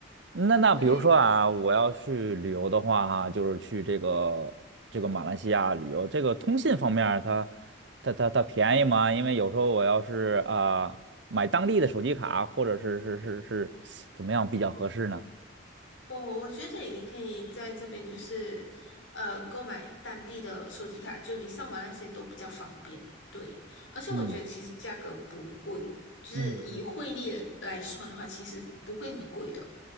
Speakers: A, on the right (about 70°); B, on the left (about 80°).
A: 那那比如说啊，
B: 对，
A: 我要去旅游的话哈，就是去这个这个马来西亚旅游，这个通信方面儿它它它它便宜吗？因为有时候我要是啊、买当地的手机卡，或者是是是是怎么样比较合适呢？
B: 我我觉得你可以在这边就是呃购买当地的手机卡，就你上网那些都比较方便。对，而且我觉得其实价格不贵，
A: 嗯
B: 就是以汇率来算的话，
A: 嗯
B: 其实不会很贵的。